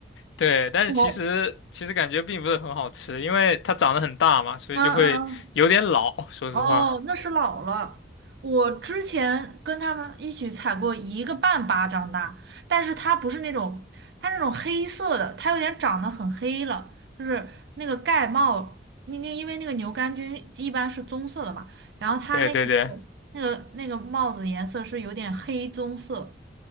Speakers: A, on the left; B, on the right.
A: 对，但是其实其实感觉并不是很好吃，
B: 我，
A: 因为它长得很大嘛，所以就会有点老。
B: 嗯嗯嗯。
A: 说实话，
B: 哦，那是老了。我之前跟他们一起采过一个半巴掌大，但是它不是那种，它那种黑色的，它有点长得很黑了，就是那个盖帽，那那因为那个牛肝菌一般是棕色的嘛，然后它那个是那个那个帽子颜色是有点黑棕色，
A: 对对对，